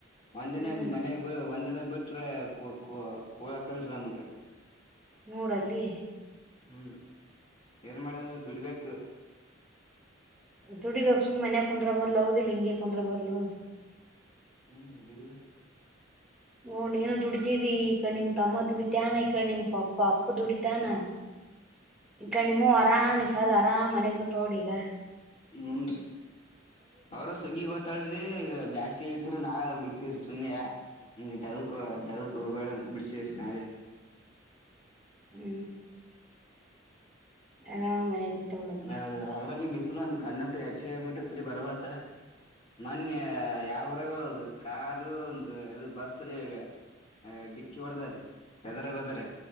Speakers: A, on the left; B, in the centre.
A: ಒಂದಿನ
B: ಹ್ಮ್
A: ಮನೆ ಬಿಳ್ ಒಂದಿನ ಬಿಟ್ರ ಕು ಕು ಕುಳ್ಳ ಹಾಕಲ್ಲರೀ ನಮಗ
B: ನೋಡ ಅಲ್ಲಿ
A: ಹುಡ್ರಿ ಏನ್ ಮಾಡ್ಯರ ದುಡಿಬೇಕ ರಿ
B: ದುಡಿಬೇಕ ಸುಮ್ಮ ಮನ್ಯಾಗ ಕುಂದ್ರ ಬದ್ಲು ಹೌದಿಲ್ಲ ಹಿಂಗೆ ಕುಂದ್ರ ಬದ್ಲು
A: ಹುಡ್ರಿ ಬಿಡಿಬೇಕರಿ
B: ನೋಡ ನೀನು ದುಡಿತಿದಿ ಈಕಡಿ ನಿಮ್ಮ ತಮ್ಮ ದುಡಿತಾನ ಈಕ ನಿಮ್ಮ ಪಪ್ಪ ಅಪ್ಪ ದುಡಿತಾನ ಈ ಕಣ ನಿಮ್ಮ ಅವ್ವಾ ಆರಾಮ ಇಸದ ಆರಾಮ್ ಮನ್ಯಾಗ ಇರ್ತಾಳನೊಡು ಇಗ
A: ಹುಡ್ರಿ ಅವರು ಸುಗ್ಗಿ ಗೊತ್ತ್ ತ್ತಳ್ರಿ ಇಗ ಬ್ಯಾಸಗಿ ಐತ್ರಿ ನಾ ಬಿಡ್ಸವ್ರಿ ಸುಮ್ಮನೆ ಯಾಕ್ ದಗಕ ದಗಕ ಹೋಗಬೇಡಾ ಅಂತ ಬಿಡಸೇವಿಸಿರಿ ನಾವೇ
B: ಹು ಆರಾಮ ಮನ್ಯಾಗ ನೋಡಪ್ಪಾ
A: ಹೌದ ಅದ್ರಲ್ಲಿ ಬಿಸಿಲು ಒಂದ್ ಕಣ್ಣ ಬಿಟ್ಟ ಹೆಚ್ಚಗೆ ಆಗ್ಬಿಟ್ಟತ್ರಿ ಬರರ್ಬತ ಮೊನ್ನೆ ಯಾವರಗ ಕಾರ ಒಂದು ಇದು ಬಸ್ಸ ರಿ ಅ ಡಿಕ್ಕಿ ಹೊಡದಾ ರೀ ಎದರ ಬದರಾ